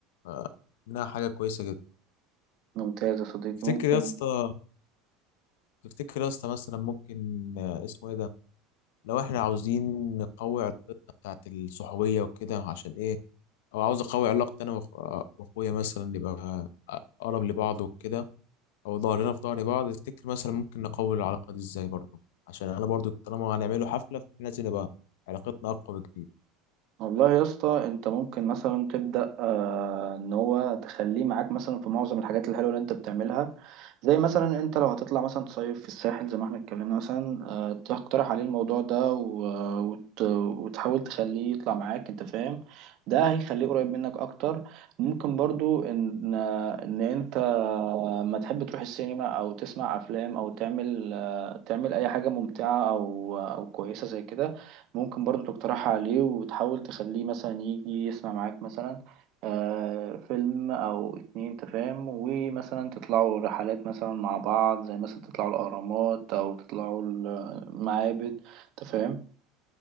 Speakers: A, on the left; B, on the right.
A: آه، إنها حاجة كويسة جدا
B: ممتاز يا صديقي
A: تفتكر
B: ممكن
A: يا اسطى تفتكر يا اسطى مثلا ممكن آه، اسمه إيه ده لو إحنا عاوزين نقوي علاقتنا بتاعت الصحوبية وكده عشان إيه أو عاوز أقوي علاقتي أنا وأخ- وأخويا مثلا نبقى أقرب لبعض وكده او ظهرنا في ظهر بعض تفتكر مثلا ممكن نقوي العلاقه دي ازاي برضه عشان انا برضه طالما هنعمله حفله فلازم نبقى علاقتنا اقوى بكتير
B: والله يا اسطى انت ممكن مثلا تبدا آه ان هو تخليه معاك مثلا في معظم الحاجات الحلوه اللي انت بتعملها زي مثلا انت لو هتطلع مثلا تصيف في الساحل زي ما احنا اتكلمنا مثلا آه تقترح عليه الموضوع ده و... وت... وتحاول تخليه يطلع معاك انت فاهم ده هيخليه قريب منك اكتر ممكن برضو ان ان انت ما تحب تروح السينما او تسمع افلام او تعمل آه تعمل اي حاجه ممتعه او آه، او كويسه زي كده ممكن برضو تقترحها عليه وتحاول تخليه مثلا يجي يسمع معاك مثلا آه، فيلم أو اتنين تفاهم ومثلا تطلعوا رحلات مثلا مع بعض زي مثلا تطلعوا الأهرامات أو تطلعوا المعابد تفاهم